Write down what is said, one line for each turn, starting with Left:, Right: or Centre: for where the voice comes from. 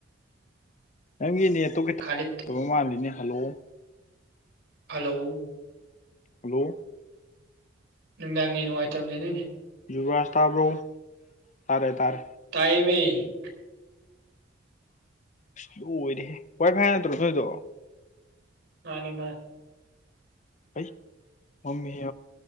Left: ꯅꯪꯒꯤ ꯅꯦꯠꯇꫭ ꯈꯤꯇꯪ
Right: ꯈꯥꯂꯤꯠ
Left: ꯇꯕ ꯃꯥꯜꯂꯤꯅꯦ ꯍꯜꯂꯣ
Right: ꯍꯜꯂꯣ
Left: ꯍꯜꯂꯣ
Right: ꯅꯨꯡꯗꯥꯡ ꯅꯦꯠ ꯅꯨꯡꯉꯥꯏꯇꯝꯅꯤ ꯅꯣꯏꯗꯤ
Left: ꯌꯨꯕꯔꯥꯖ ꯇꯥꯥꯕ꯭ꯔꯣ ꯇꯥꯔꯦ ꯇꯥꯔꯦ
Right: ꯃꯩ ꯃꯩ
Left: ꯑꯁ ꯂꯣꯏꯔꯦ ꯋꯥꯏ ꯐꯥꯏ ꯅꯠꯇ꯭ꯔꯣ ꯅꯣꯏꯗꯣ
Right: ꯃꯥꯅꯤ ꯃꯥꯅꯤ
Left: ꯑꯩ ꯃꯝꯃꯤ